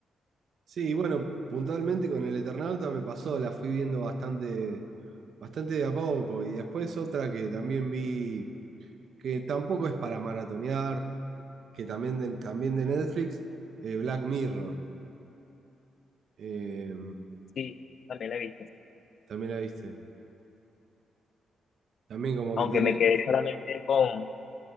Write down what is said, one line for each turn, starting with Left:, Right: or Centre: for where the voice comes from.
Right: Sí, y bueno, puntualmente con el Eternauta me pasó, la fui viendo bastante, bastante de a poco. Y después otra que también vi, que tampoco es para maratonear, que también de, también de Netflix, eh, Black Mirror. Eh,
Left: Sí, también la he visto.
Right: también la viste. También como
Left: Aunque
Right: que tiene
Left: me quedé solamente con